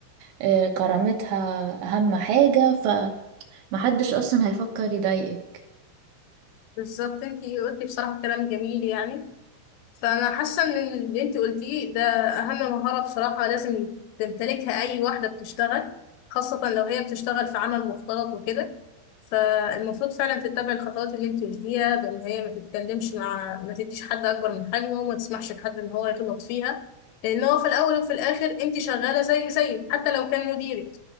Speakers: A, on the right; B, on the left.
A: آه، كرامتها اهم حاجة فمحدش اصلا هيفكر يضايقك
B: بالظبط انتي قلتي بصراحة كلام جميل يعني فأنا حاسة إن اللي أنت قلتيه ده أهم مهارة بصراحة لازم تمتلكها أي واحدة بتشتغل خاصة لو هي بتشتغل في عمل مختلط وكده فالمفروض فعلا تتبع الخطوات اللي أنت قلتيها بإن هي ما تتكلمش مع ما تديش حد أكبر من حجمه وما تسمحش لحد إن هو يغلط فيها لأن هو في الأول وفي الآخر أنت شغالة زي زي حتى لو كان مديرك